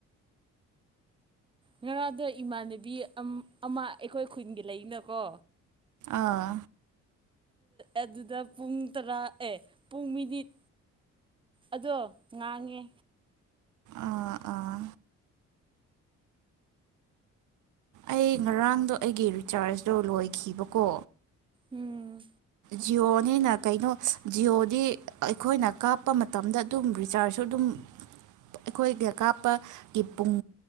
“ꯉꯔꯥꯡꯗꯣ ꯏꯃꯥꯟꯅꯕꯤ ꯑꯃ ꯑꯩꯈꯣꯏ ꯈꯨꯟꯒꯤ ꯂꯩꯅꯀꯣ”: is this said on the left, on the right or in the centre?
Right